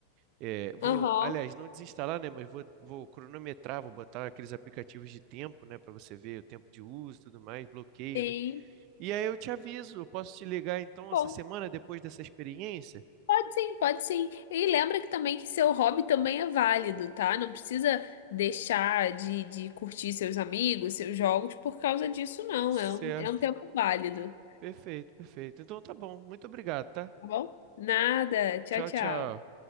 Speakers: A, on the right; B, on the left.
A: é, vou,
B: Aham.
A: aliás, não desinstalar, né? Mas vou, vou cronometrar, vou botar aqueles aplicativos de tempo, né? Para você ver o tempo de uso, e tudo mais, bloqueio,
B: Sim.
A: né? E aí eu te aviso, eu posso te ligar então
B: Bom,
A: essa semana depois dessa experiência?
B: pode sim, pode sim. E lembra que também que seu hobby também é válido, tá? Não precisa deixar de, de curtir seus amigos, seus jogos por causa disso, não.
A: Certo.
B: É um, é um tempo válido,
A: Perfeito, perfeito. Então tá bom. Muito obrigado, tá?
B: tá bom? Nada. Tchau,
A: Tchau,
B: tchau.
A: tchau.